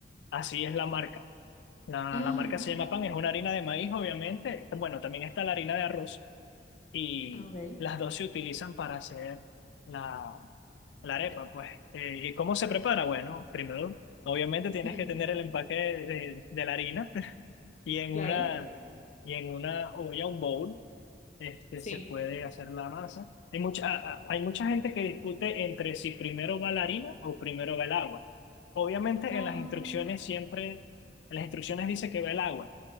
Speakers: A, on the left; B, on the left.
A: Así es la marca. La,
B: Ajá,
A: la marca se llama pan, es una harina de maíz, obviamente. Bueno, también está la harina de arroz. Y
B: ah, ok.
A: las dos se utilizan para hacer la, la arepa, pues. Eh, ¿y cómo se prepara? Bueno, primero, obviamente tienes
B: Ujú,
A: que tener el empaque de, de la harina <laughs> y en
B: Claro,
A: una, y en una olla, un bowl este,
B: sí.
A: se puede hacer la masa. Hay mucha, a- a- hay mucha gente que discute entre si primero va la harina o primero va el agua. Obviamente
B: Ah,
A: en las instrucciones siempre, en las instrucciones dice que va el agua,